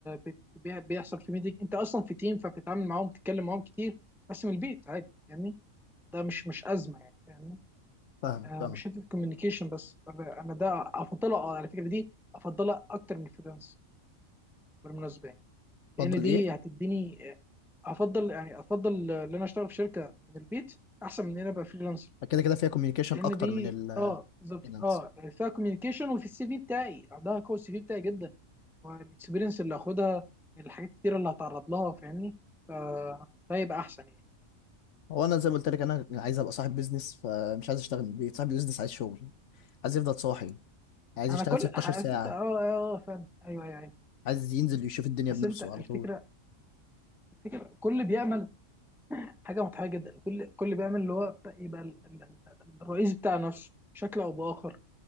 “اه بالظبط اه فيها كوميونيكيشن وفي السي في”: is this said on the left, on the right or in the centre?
Centre